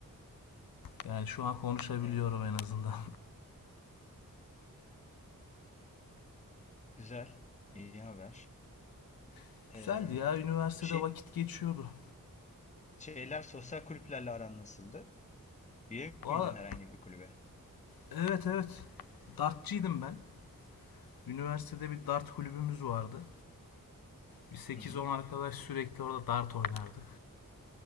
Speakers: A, on the left; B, on the left.
A: Yani şu an konuşabiliyorum
B: Evet.
A: en azından.
B: Güzel. İyi haber.
A: <laughs>
B: E,
A: Güzeldi ya üniversitede
B: şey,
A: vakit geçiyordu.
B: şeyler sosyal kulüplerle aran nasıldı? Üye
A: Valla
B: miydin herhangi bir kulübe?
A: evet evet dartçıydım ben. Üniversitede bir dart kulübümüz vardı. Bir 8-10
B: Hı hı.
A: arkadaş sürekli orada dart oynardık.